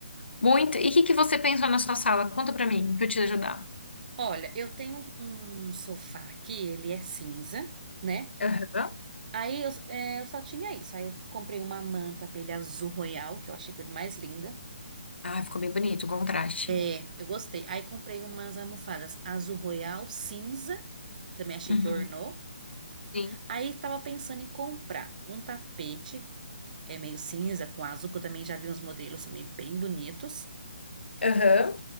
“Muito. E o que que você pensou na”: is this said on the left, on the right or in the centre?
Left